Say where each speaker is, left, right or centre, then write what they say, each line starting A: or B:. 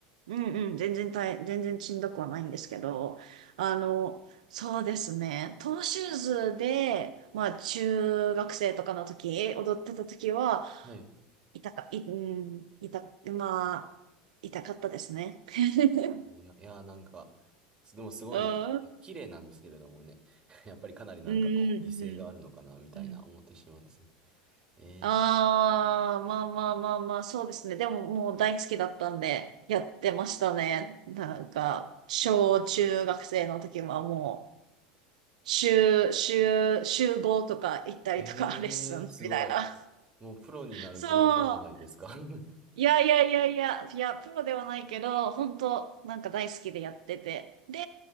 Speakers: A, on the right (about 85°); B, on the right (about 20°).
A: うんうん、全然大、全然しんどくはないんですけど、あの、そうですね、トーシューズで、まあ、中学生とかの時、踊ってた時は、
B: はい。
A: 痛か、い、うん、痛、まあ、痛かったですね。<laughs>
B: おいや、いや、なんか、すでもすごいですね。
A: うん、うん、
B: 綺麗なんですけれどもね。<laughs> やっぱりかなりなんかこう、
A: うん、
B: 犠牲があるのかな、みたいな思ってしまうんですよね。
A: うん。
B: えー
A: ああ、まあまあまあまあ、そうですね。でももう大好きだったんで、やってましたね。なんか、小中学生の時はもう、週、週、週5とか行ったりとか、
B: へえ、
A: レッスンみたいな。
B: すごい。もうプロになる気満々じゃないですか。
A: そう。
B: <laughs>
A: いやいやいやいや、いや、プロではないけど、本当なんか大好きでやってて。で、